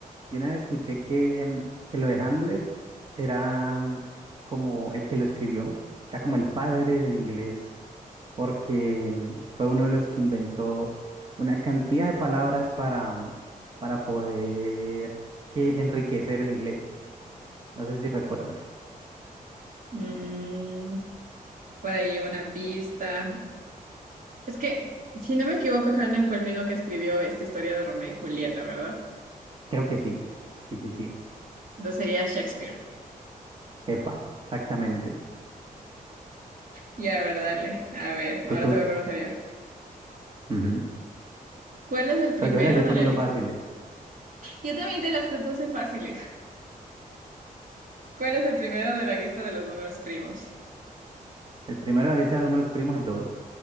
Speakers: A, on the right; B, on the right.
A: Yo una vez escuché que, mm, que lo de Hamlet era mm, como el que lo escribió, era como el padre del inglés, porque mm, fue uno de los que inventó una cantidad de palabras para, mm, para poder que enriquecer el inglés. No sé si recuerdas.
B: Mm, por ahí una pista. Es que, si no me equivoco, Hanlon fue el mismo que escribió esta historia de Romeo y Julieta, ¿verdad?
A: Creo que sí. Sí, sí, sí.
B: Entonces sería Shakespeare.
A: Epa, exactamente.
B: Ya, a ver, dale. A ver, ahora
A: Tutur.
B: te voy a preguntar yo.
A: ujú.
B: ¿Cuál es el primero
A: Pero yo le estoy
B: de
A: poniendo
B: la lista?
A: fáciles.
B: Yo también te las puse fáciles. ¿Cuál es el primero de la lista de los números primos?
A: El primero de la lista de números primos, el 2.